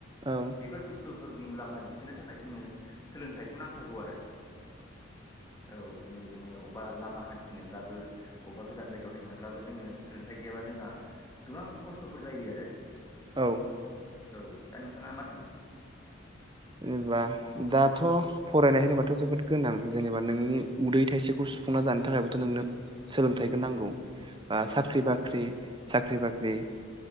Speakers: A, on the right; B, on the left.
A: औ।
B: बेफोर बुस्थुफोरनि मुलाम्फा दिखोनो थाखाय जोंङो सोलोंथाइखौ नांथारगौ आरो। औ दिनै जोंङो अबेबा लामा हान्थिनोब्लाबो अबेबा गोजान जायगायाव थांनोब्लाबो जोंङो सोलोंथायाइ गैयाबा जोंहा गोबां खस्थ'फोर जायो आरो।
A: औ
B: औ दा नोंथाङा मा सानो?
A: जेनेबा दाथ' फरायनाय होनोबाथ' जोबोद गोनां जेनेबा नोंनि उदै थाइसेखौ सुफुंना जानो थाखायबोथ' नोंनो सोलोंथाइखौ नांगौ बा
B: नंगौ
A: साख्रि
B: नंगौ
A: बाख्रि साख्रि बाख्रि